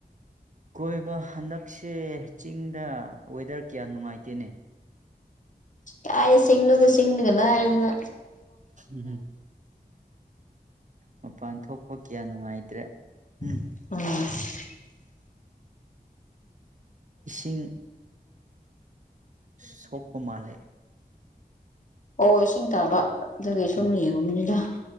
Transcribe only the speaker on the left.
ꯀꯥꯏ ꯁꯤꯡꯤꯡꯅꯒ ꯁꯤꯦꯡꯤꯡꯒꯂꯗꯅ
<unintelligible>
ꯑꯣ ꯏꯁꯤꯡ ꯇꯥꯕ ꯑꯗꯨ ꯀꯩꯁꯨꯅꯤꯒꯨꯝꯅꯤꯗ